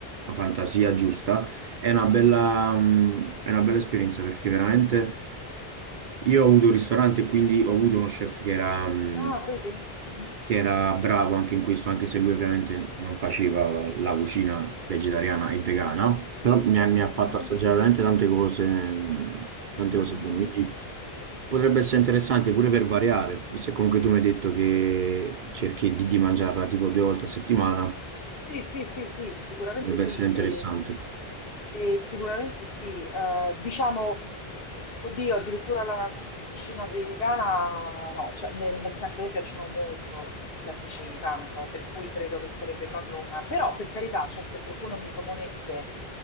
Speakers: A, on the right; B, on the left.
A: la fantasia giusta, è una bella, mm, è una bella esperienza perché veramente io ho avuto un ristorante e quindi ho avuto uno chef che era, mm,
B: No, vedi? Mhm,
A: che era bravo anche in questo, anche se lui ovviamente non faceva la cucina vegetariana e vegana, però mi ha, mi ha fatto
B: mhm,
A: assaggiare veramente tante cose, mm,
B: mhm,
A: tante cose
B: mhm.
A: buone, quindi Potrebbe essere interessante pure per variare, visto che comunque tu mi hai detto che cerchi di, di mangiarla tipo due volte a settimana,
B: Sì, sì, sì, sì, sicuramente
A: potrebbe
B: sì,
A: essere interessante.
B: e, e sicuramente sì. Eh, diciamo, oddio, addirittura la cucina vegana, no, cioè, nel, nel senso mi piacciono molto i latticini, tanto, per cui credo che sarebbe proprio una... Però, per carità, cioè, se qualcuno mi proponesse